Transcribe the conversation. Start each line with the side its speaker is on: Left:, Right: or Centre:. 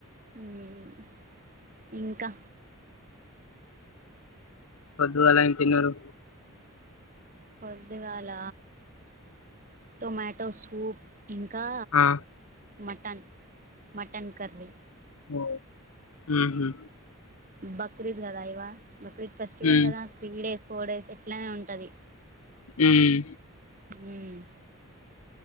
Right: ఉమ్మ్ ఇంకా
Left: పొద్దుగాల ఏం తిన్నారు
Right: పొద్దుగాల టొమాటో సూప్ ఇంకా
Left: ఆ
Right: మటన్ మటన్ కర్రీ
Left: ఓ మ్మ్ఉహ్మ్
Right: బక్రీద్ కదా ఇవా బక్రీద్ ఫెస్టివల్
Left: ఉమ్
Right: కదా త్రీ డేస్ ఫోర్ డేస్ ఇట్లానే ఉంటది
Left: ఉమ్మ్
Right: ఉమ్మ్